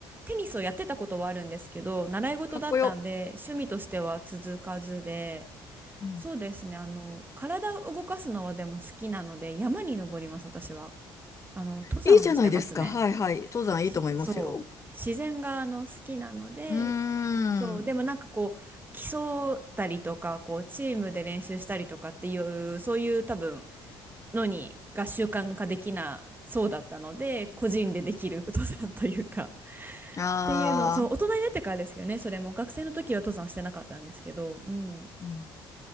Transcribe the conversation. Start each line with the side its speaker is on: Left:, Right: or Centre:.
Right: テニスをやってたことはあるんですけど、習い事だったんで、
Left: かっこよ。
Right: 趣味としては続かずで、
Left: うん。
Right: そうですね、あの、体を動かすのはでも好きなので、山に登ります、私は。あの、登山してますね。
Left: いいじゃないですか。はいはい。登山いいと思いますよ。
Right: し、そう、自然があの好きなので、
Left: うーん。
Right: そう、でもなんかこう、競ったりとか、こう、チームで練習したりとかっていう、そういう多分、のに、が習慣化できなそうだったので、個人でできる登山というか、<laughs>
Left: ああ、
Right: っていうの、そう、大人になってからですけどね、それも、学生の時は登山してなかったんですけど、うん、っ
Left: うん。